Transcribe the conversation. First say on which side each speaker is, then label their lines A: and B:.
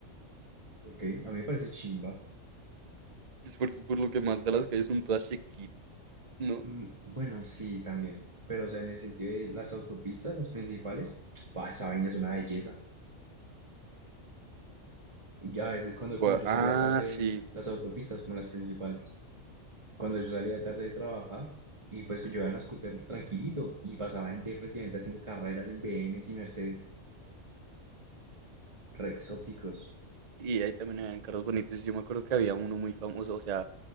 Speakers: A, on the right; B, on the right.
A: ¿Por qué? A mí me parece chimba.
B: Es por, por lo que Malta las calles son todas chiquitas, ¿no?
A: Mm, bueno, sí, también. Pero, o sea, en el sentido de las autopistas, las principales, ¡buah, esa vaina es una belleza. Y a veces cuando,
B: Cua-
A: como yo
B: Ah,
A: salía tarde,
B: sí.
A: las autopistas como las principales. Cuando yo salía tarde de trabajar, y pues que yo iba en la scooter tranquilito, y pasaba gente prácticamente haciendo carreras en BMWs y Mercedes. Re exóticos.
B: Y ahí también habían carros bonitos. Yo me acuerdo que había uno muy famoso, o sea,